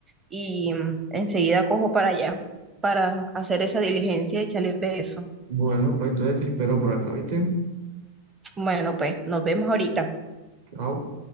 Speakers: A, on the right; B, on the right.
A: y mm, enseguida cojo para allá para hacer esa diligencia y salir de eso.
B: Bueno, pues entonces te espero por acá, ¿viste?
A: Bueno, pues nos vemos ahorita.
B: Chao.